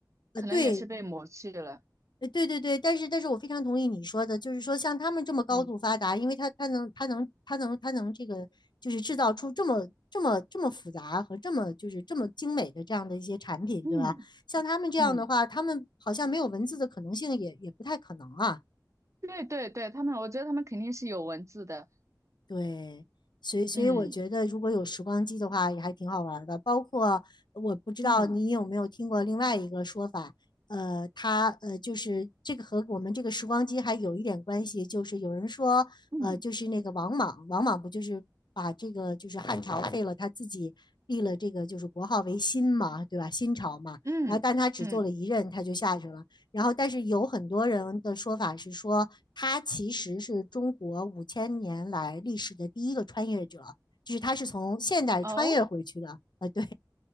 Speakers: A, on the left; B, on the right.
A: 呃，
B: 可能也是被抹去了。
A: 对呃，对对对，但是但是我非常同意你说的，就是说像他们这么高度发达，
B: 嗯
A: 因为他他能他能他能他能这个就是制造出这么这么这么复杂和这么就是这么精美的这样的一些产品，
B: 嗯
A: 对吧？像他们这样的话，
B: 嗯，
A: 他们好像没有文字的可能性也也不太可能啊。
B: 对对对，他们，我觉得他们肯定是有文字的。
A: 对，所以所以我觉得，
B: 嗯
A: 如果有时光机的话，也还挺好玩儿的。包括我不知道你有没有听过另外一个说法，
B: 嗯
A: 呃，他呃就是这个和我们这个时光机还有一点关系，就是有人说，
B: 嗯
A: 呃，就是那个王莽，王莽不就是把这个就是汉朝废了，他自己立了这个就是国号为新嘛，对吧？新朝嘛，
B: 嗯嗯，
A: 然后但他只做了一任，他就下去了。然后，但是有很多人的说法是说，他其实是中国五千年来历史的第一个穿越者，就是他是从现代穿越回去的。
B: 哦。
A: 啊，对